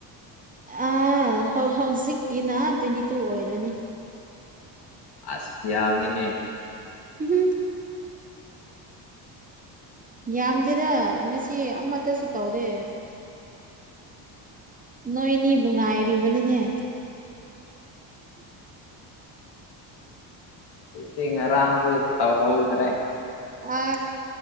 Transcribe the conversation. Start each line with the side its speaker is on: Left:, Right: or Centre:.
Right: ꯑ ꯍꯧ ꯍꯧꯖꯤꯛꯀꯤꯅ ꯇ꯭ꯋꯦꯟꯇꯤ ꯇꯨ ꯑꯣꯏꯔꯅꯤ
Left: ꯑꯁ ꯌꯥꯝꯃꯦꯅꯦ
Right: <unintelligible> ꯌꯥꯝꯗꯦꯗ ꯉꯁꯤ ꯑꯃꯠꯇꯁꯨ ꯇꯧꯗꯦ ꯅꯣꯏꯅꯤꯕꯨ ꯉꯥꯏꯔꯤꯕꯅꯤꯅꯦ
Left: ꯑꯩꯗꯤ ꯉꯥꯔꯥꯡꯁꯨ ꯇꯧꯍꯧꯗ꯭ꯔꯦ
Right: ꯑ